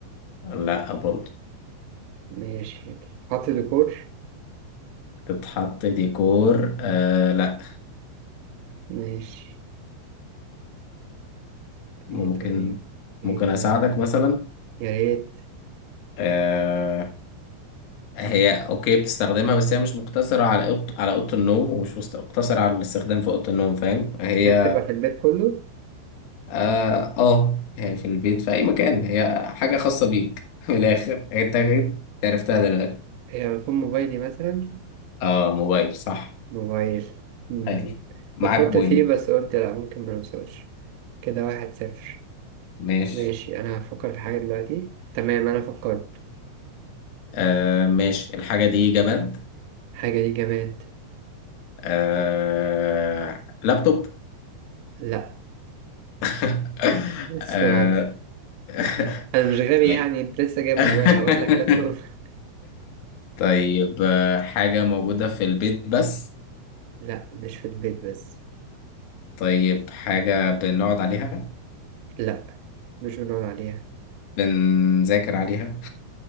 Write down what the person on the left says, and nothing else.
لا برضه
تتحط ديكور آه لا
ممكن
ممكن
اساعدك مثلا
آه هي اوكي بتستخدمها بس هي مش مقتصرة على أوض... على اوضة النوم ومش مست- مقتصرة على الاستخدام في اوضة النوم فاهم هي
اه آه، يعني في البيت في اي مكان هي حاجة خاصة بيك <laughs> من الاخر انت أكيد عرفتها دلوقتي
اه موبايل صح
حلو معاك
بوينت
ماشي
آه ماشي الحاجة دي جماد
آه لابتوب
<laughs>
آه
<laughs>
طيب
<laughs>
طيب آه، حاجة موجودة في البيت بس
طيب حاجة بنقعد عليها
بنذاكر عليها